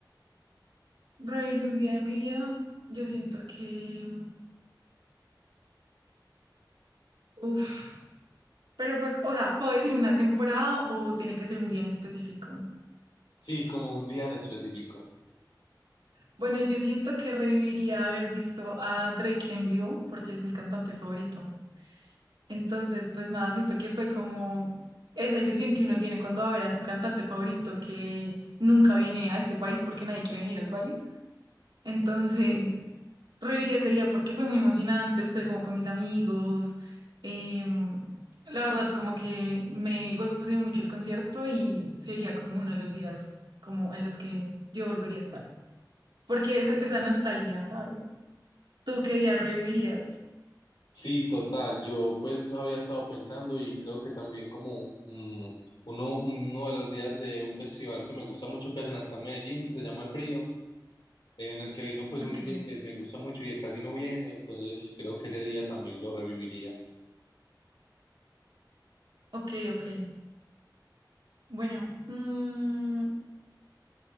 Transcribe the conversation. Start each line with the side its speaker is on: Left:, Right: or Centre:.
Right: Reír un día de mi vida, yo siento que, uff, pero fue, o sea, ¿puedo decir una temporada o tiene que ser un día en específico?
Left: Sí, como un día en específico.
Right: Bueno, yo siento que reviviría haber visto a Drake en vivo porque es mi cantante favorito. Entonces, pues nada, siento que fue como esa ilusión que uno tiene cuando va a ver a su cantante favorito que nunca viene a este país porque nadie quiere venir al país. Entonces, <laughs> reviví ese día porque fue muy emocionante, estuve como con mis amigos. em, la verdad, como que me gocé mucho el concierto y sería como uno de los días como en los que yo volvería a estar. Porque es esa nostalgia, ¿sabes? ¿Tú qué día revivirías?
Left: Sí, total. Yo pues había estado pensando y creo que también como mm, uno, uno de los días de un festival que me gusta mucho que hacen acá en Medellín, que se llama El Freedom, en el que vino pues
Right: Ok,
Left: un DJ que me gusta mucho y que casi no viene, entonces creo que ese día también lo reviviría.
Right: ok, ok. Bueno, mm,